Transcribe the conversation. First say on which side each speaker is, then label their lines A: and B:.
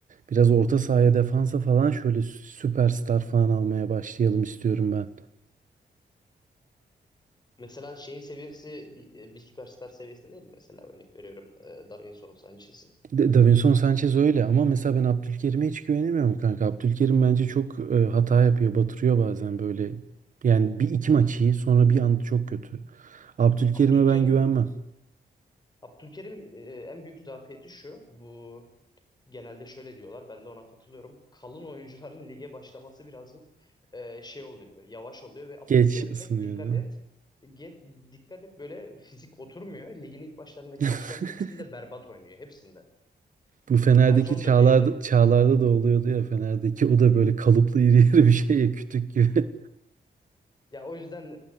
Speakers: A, on the right (about 50°); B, on the left (about 25°).
A: biraz orta sahaya defansa falan şöyle süperstar falan almaya başlayalım istiyorum ben.
B: Mesela şeyin seviyesi e, bir süperstar seviyesinde değil mi? Mesela örnek veriyorum e, Davinson Sanchez'in.
A: De- Davinson Sanchez öyle ama mesela ben Abdülkerim'e hiç güvenemiyorum kanka. Abdülkerim bence çok e, hata yapıyor, batırıyor bazen böyle. Yani bir iki maç iyi sonra bir anda çok kötü. Abdülkerim'e
B: Abdülkerim,
A: ben güvenmem.
B: Abdülkerim e, en büyük zafiyeti şu. Bu genelde şöyle diyorlar. Ben de ona katılıyorum. Kalın oyuncuların <laughs> lige başlaması birazcık e, şey oluyor. Yavaş oluyor ve Abdülkerim
A: Geç
B: hep
A: ısınıyordu.
B: dikkat et. Ge- dikkat et böyle fizik oturmuyor. Ligin ilk başlarındaki
A: <laughs>
B: maçların hepsinde berbat oynuyor. Hepsinde.
A: Bu Fener'deki
B: Nelson
A: Çağlar'da,
B: da öyleydi.
A: Çağlar'da da oluyordu ya Fener'deki o da böyle kalıplı iri yarı bir şey ya kütük gibi.
B: Ya o yüzden